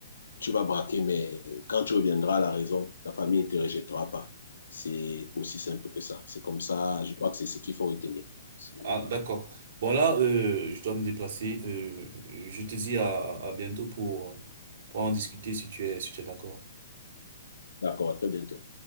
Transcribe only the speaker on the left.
tu vas braquer, mais quand tu reviendras à la raison, ta famille ne te rejettera pas. C'est aussi simple que ça. C'est comme ça, je crois que c'est ce qu'il faut retenir. C'est-
Voilà.
D'accord, à très bientôt.